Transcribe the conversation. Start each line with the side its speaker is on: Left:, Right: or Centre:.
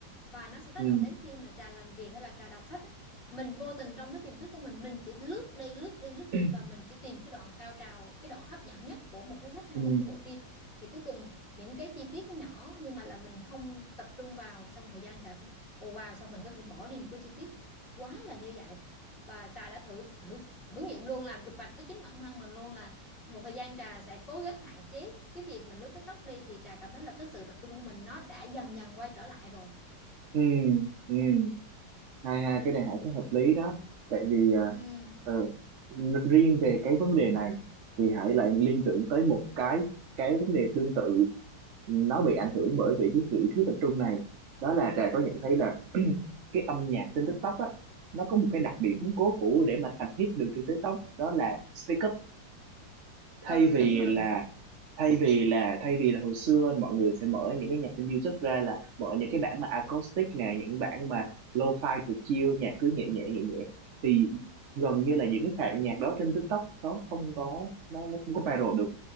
Left: và nó sẽ tác
Right: Ừ.
Left: động đến khi mà trà làm việc hay là trà đọc sách á, mình vô tình trong cái tiềm thức của mình mình chỉ lướt đi lướt đi lướt
Right: Ừ.
Left: đi và mình chỉ tìm cái đoạn cao trào cái đoạn hấp dẫn nhất của một cuốn sách hay
Right: Ừ.
Left: một cái bộ phim thì cuối cùng những cái chi tiết nhỏ nhưng mà là mình không tập trung vào xong thời gian trà cái Ồ wow, sao mình có thể bỏ đi một cái chi tiết quá là như vậy và trà đã thử thử thử nghiệm luôn làm chụp bạch với chính bản thân mình luôn là một thời gian trà sẽ cố gắng hạn chế cái việc mình lướt TikTok đi thì trà cảm thấy là cái sự tập trung của mình nó đã dần dần quay trở lại rồi
Right: Ừ. Ừ. hai hai cái
Left: ừ
Right: này Hải thấy hợp lý đó tại vì à,
Left: ừ
Right: ờ, n- riêng về cái vấn đề này thì Hải lại liên tưởng tới một cái cái vấn đề tương tự nó bị ảnh hưởng bởi vì cái sự thiếu tập trung này đó là Trà có nhận thấy là <clears throat> cái âm nhạc trên TikTok á nó có một cái đặc điểm cố hữu để mà thành hit được trên TikTok đó là speak up thay
Left: ừ
Right: vì
Left: đúng rồi
Right: là thay vì là thay vì là hồi xưa mọi người sẽ mở những cái nhạc trên YouTube ra là mở những cái bản mà acoustic nè những bản mà lo-fi cực chill nhạc cứ nhẹ nhẹ nhẹ nhẹ thì gần như là những cái phạt nhạc đó trên TikTok nó không có nó nó không có viral được